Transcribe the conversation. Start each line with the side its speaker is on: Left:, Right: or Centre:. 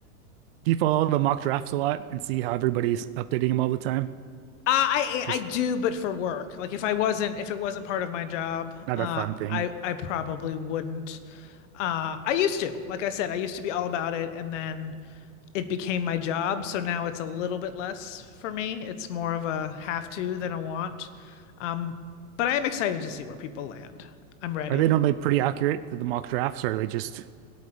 Right: Do you follow the mock drafts a lot and see how everybody's updating them all the time?
Left: Uh, I
Right: Just
Left: I do, but for work. Like if I wasn't, if it wasn't part of my job,
Right: not
Left: uh,
Right: a fun thing.
Left: I I probably wouldn't. Uh, I used to, like I said, I used to be all about it, and then it became my job. So now it's a little bit less for me. It's more of a have to than a want. Um, but I am excited to see where people land. I'm ready.
Right: Are they normally pretty accurate to the mock drafts, or are they just